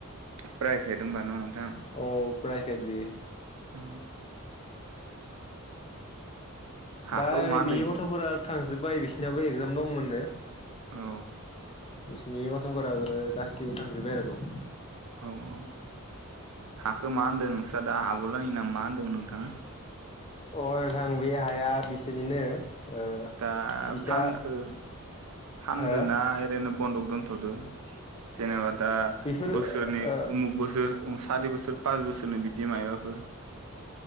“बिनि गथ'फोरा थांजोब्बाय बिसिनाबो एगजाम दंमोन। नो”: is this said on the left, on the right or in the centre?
Left